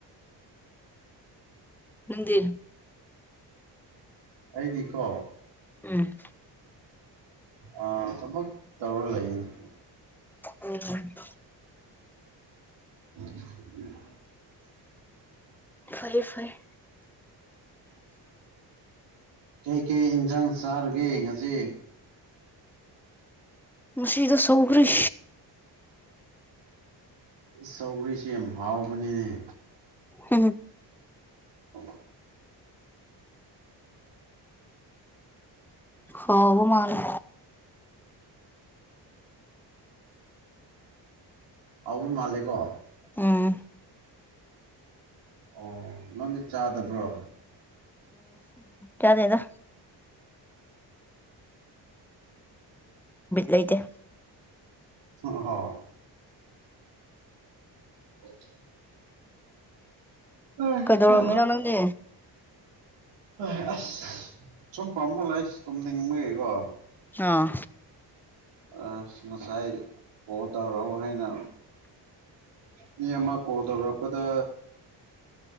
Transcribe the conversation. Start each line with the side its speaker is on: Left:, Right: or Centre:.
Centre: ꯍꯗꯤ
Right: ꯑꯩꯗꯤ ꯀꯣ
Centre: ꯎꯝ
Right: ꯑ ꯊꯕꯛ ꯇꯧꯔ ꯂꯩꯌꯦꯅꯤ
Centre: ꯎꯝ
Right: <unintelligible>
Centre: ꯐꯔꯦ ꯐꯔꯦ
Right: ꯀꯩ ꯀꯩ ꯏꯟꯁꯥꯡ ꯆꯥꯔꯒꯦ ꯉꯁꯤ
Centre: ꯃꯁꯤꯗ ꯆꯧꯒ꯭ꯔꯤꯁ
Right: ꯁꯧꯔꯤꯁꯤ ꯍꯥꯎꯕꯅꯤꯅꯦ
Centre: ꯍꯝ
Right: ꯑꯣ
Centre: ꯍꯣꯕ ꯃꯥꯔ
Right: <inaudible> ꯑꯕꯨ ꯃꯥꯂꯦꯀꯣ
Centre: ꯎꯝ
Right: ꯑꯣ ꯅꯪꯗꯤ ꯆꯥꯗꯕ꯭ꯔꯣ
Centre: ꯌꯥꯗꯗ ꯂꯩꯗꯦ
Right: ꯍ ꯑꯣ ꯑ
Centre: ꯀꯩꯗꯧꯔꯝꯃꯤꯅꯣ
Right: ꯍ
Centre: ꯅꯪꯗꯤ
Right: ꯍ ꯑꯁ ꯁꯨꯝ ꯄꯥꯃ ꯂꯥꯛꯏꯁ ꯇꯨꯝꯅꯤꯡꯉꯨꯀꯣ
Centre: ꯑꯥ
Right: ꯑ ꯉꯁꯥꯏ ꯄꯣ ꯇꯧꯔꯛꯎ ꯍꯥꯏꯅ ꯃꯤ ꯑꯃ ꯀꯣꯜ ꯇꯧꯔꯛꯄꯗ